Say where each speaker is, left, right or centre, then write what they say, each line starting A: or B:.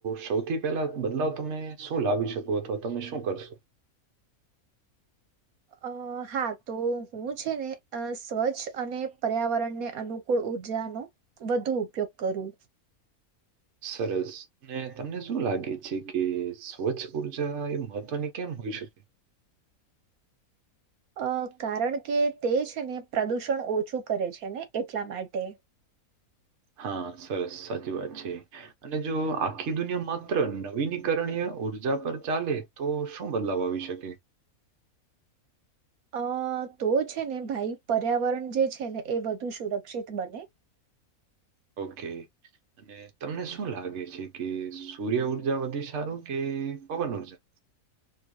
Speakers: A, on the right; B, on the right.
A: સૌથી પહેલા બદલાવ તમે શું લાવી શકો અથવા તમે શું કરશો?
B: અ હા તો હું છે ને સ્વચ્છ અને પર્યાવરણને અનુ <inaudible> ઉર્જાનો વધુ ઉપયોગ કરવું.
A: સરસ. ને તમને શું લાગે છે કે સ્વચ્છ ઉર્જા એ મહત્વની કેમ હોય શકે?
B: અ કારણ કે તે છે ને પ્રદુષણ ઓછું કરે છે ને એટલા માટે.
A: હા સરસ સાચી વાત છે અને જો આખી દુનિયા માત્ર નવીનીકરણીય ઉર્જા પર ચાલે તો શું બદલાવ આવી શકે
B: અ તો છે ને ભાઈ પર્યાવરણ જે છે ને એ વધુ સુરક્ષિત બને
A: ઓકે. અને તમને શું લાગે છે કે સૂર્ય ઉર્જા વધી સારું કે પવન ઉર્જા?